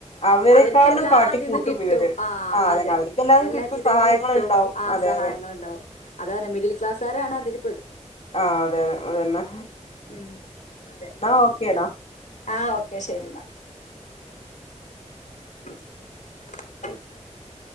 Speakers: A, on the left; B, on the left.
A: അവരെക്കാളിലും
B: അവർക്ക്ഏല്ലാതിൽന്ന്
A: കാട്ടിക്കൂട്ടും
B: കിട്ടും
A: ഇവര്
B: ആ
A: ആഹ് അതന്നെ
B: അതെ
A: അവർക്കെല്ലാതും
B: എല്ലാരീതിം
A: കിട്ടും സഹായങ്ങളുണ്ടാവും
B: കിട്ടും ആ
A: അതെ
B: സഹായങ്ങൾണ്ടാവും
A: അതെ
B: അതാണ് മിഡിൽക്ലാസ്സുകാരാണ് അതില്
A: ആ അതെ അതെ അതെന്നെ
B: ഉം അതെ
A: ന്നാ ഓക്കെടാ
B: ആ ഓക്കെ ശെരി ന്നാ. <inaudible>